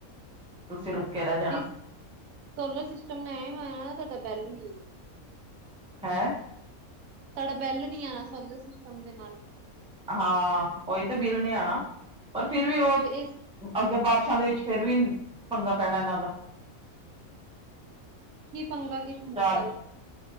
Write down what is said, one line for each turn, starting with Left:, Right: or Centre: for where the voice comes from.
Centre: ਤੁਸੀਂ ਰੁਕ ਕੇ ਰਹਿ
Right: ਨਹੀਂ
Centre: ਜਾਣਾ
Right: ਸੋਲਰ ਸਿਸਟਮ ਲਾਇਆ ਹੋਇਆ ਨਾ, ਨਾ ਤੁਹਾਡਾ ਬਿਲ ਨਹੀਂ ਆਨਾ
Centre: ਹੈਂ?
Right: ਤੁਹਾਡਾ ਬਿਲ ਨੀ ਆਉਣਾ, ਸੋਲਰ ਸਿਸਟਮ ਦੇ ਨਾਲ।
Centre: ਹਾਂ, ਉਹੀ ਤੇ ਬਿੱਲ ਨੀ ਆਉਣਾ ਪਰ ਫਿਰ ਵੀ ਉਹ।
Right: ਤੇ ਇਹ
Centre: ਬਾਰਿਸ਼ਾਂ ਦੇ ਵਿੱਚ ਫਿਰ ਵੀ ਪੰਗਾ ਪੈਣਾ ਇਹਨਾਂ ਦਾ।
Right: ਕੀ ਪੰਗਾ ਕੀ <inaudible>
Centre: ਚਾਰ